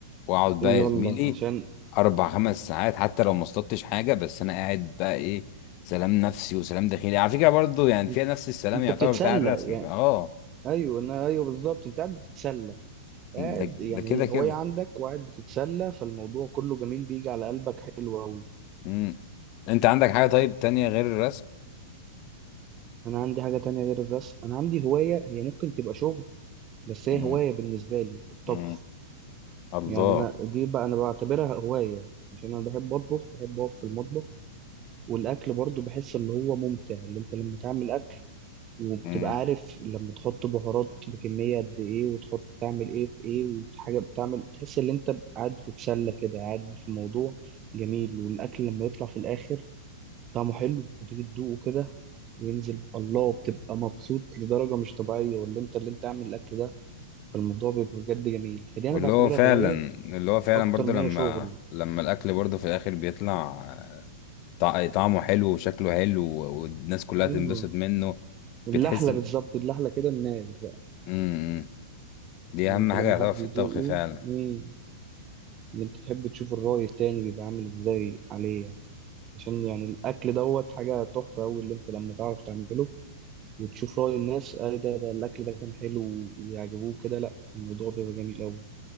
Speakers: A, on the left; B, on the right.
A: واقعد بقى
B: ويلا
A: يا زميلي
B: عشان
A: اربع خمس ساعات حتى لو ما اصطدتش حاجه بس انا قاعد بقى ايه سلام نفسي وسلام داخلي على فكره برضو يعني
B: أنت
A: فيها نفس السلام
B: أنت
A: يعتبر
B: بتتسلى
A: بتاع الرسم
B: يعني
A: اه
B: أيوه أنا أيوه بالظبط أنت قاعد بتتسلى قاعد
A: ده ده
B: يعني
A: كده
B: هي
A: كده
B: هواية عندك وقاعد بتتسلى فالموضوع كله جميل بيجي على قلبك حلو أوي
A: امم انت عندك حاجه طيب تانية غير الرسم
B: أنا عندي حاجة تانية غير الرسم أنا عندي هواية هي ممكن تبقى شغل بس هي
A: امم
B: هواية بالنسبة لي الطبخ
A: امم الله
B: يعني أنا دي بقى أنا بعتبرها هواية عشان أنا بحب أطبخ بحب أقف في المطبخ والأكل برضو بحس اللي هو ممتع اللي أنت لما تعمل وبتبقى
A: امم
B: عارف لما تحط بهارات بكمية قد إيه وتحط تعمل إيه في إيه وحاجة بتعمل تحس إن أنت قاعد بتتسلى كده قاعد في موضوع جميل والأكل لما يطلع في الآخر طعمه حلو وتيجي تدوقه كده وينزل الله بتبقى مبسوط لدرجة مش طبيعية واللي أنت اللي أنت عامل الأكل ده فالموضوع بيبقى بجد جميل فدي
A: واللي
B: أنا بعتبرها
A: هو فعلا
B: هواية
A: اللي هو فعلا
B: أكتر
A: برضو
B: ما
A: لما
B: هي شغل
A: لما الاكل برضو في الاخر بيطلع طع- طعمه حلو وشكله حلو والناس كلها
B: أيوه
A: تنبسط منه
B: اللحلة
A: بتحس
B: بالظبط اللحلة كده الناس بقى
A: امم دي
B: اللي
A: اهم
B: أنت
A: حاجه
B: لما
A: يعتبر
B: حد
A: في
B: يدوقه
A: الطبخ فعلا
B: مم. اللي انت تحب تشوف الرأي التاني بيبقى عامل ازاي عليه يعني عشان يعني الأكل دوت حاجة تحفة أوي اللي انت لما تعرف تعمله وتشوف رأي الناس اه ده ده الأكل ده كان حلو ويعجبوه كده لا الموضوع بيبقى جميل أوي